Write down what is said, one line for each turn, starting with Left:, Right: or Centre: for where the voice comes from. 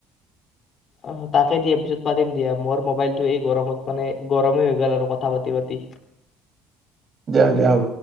Left: অঁ তাকে দিয়া পিছত পাতিম দিয়া মোৰ মবাইলটো এই গৰমত মানে গৰমে হৈ গল আৰু কথা পাতি পাতি
Right: দিয়া দিয়া হব।